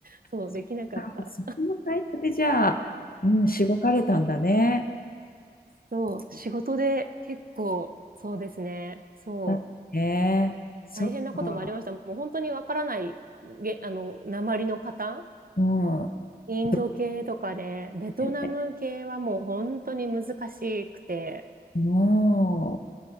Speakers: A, on the right; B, on the left.
A: そう、
B: そっか、
A: できなかった。
B: そこの会社でじゃあ、うん、しごかれたんだね。
A: そう、仕事で結構、そうですね。そう。
B: だね。そっか。
A: 大変なこともありました。もう本当にわからない、げ、あの、鉛の方、
B: うん。
A: インド系とかね、
B: どう
A: ベトナム系はもう本当に難しくて、
B: だよね。もう。